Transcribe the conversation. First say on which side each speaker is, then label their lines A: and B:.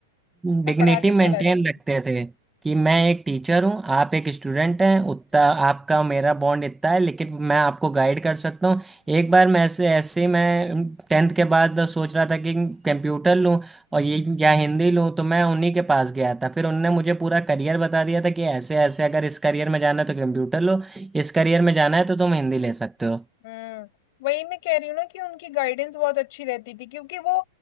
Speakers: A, in the centre; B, on the left.
A: डिग्निटी
B: और पढ़ा के चला
A: मेंटेन
B: जाऊंगा
A: रखते थे कि मैं एक टीचर हूँ आप एक स्टूडेंट हैं उतना आपका मेरा बॉन्ड इतना है लेकिन मैं आपको गाइड कर सकता हूँ एक बार मैं ऐसे ऐसे ही मैं टेंथ के बाद सोच रहा था कि कंप्यूटर लूँ और ये या हिंदी लूँ तो मैं उन्हीं के पास गया था फिर उनने मुझे पूरा करियर बता दिया था कि ऐसे ऐसे अगर इस करियर में जाना है तो कंप्यूटर लो इस करियर में जाना है तो तुम हिंदी ले सकते हो
B: हम्म वही मैं कह रही हूँ ना कि उनकी गाइडेंस बहुत अच्छी रहती थी क्योंकि वो